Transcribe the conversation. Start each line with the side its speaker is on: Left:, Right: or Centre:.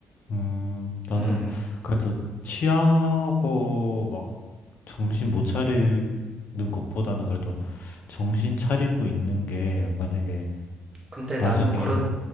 Left: 음, 나는
Right: 음,
Left: 그래도 취하고 막 정신 못 차리는 것보다는 그래도 정신 차리고 있는 게 만약에
Right: 근데
Left: 나중에
Right: 나는 그런
Left: 뭐,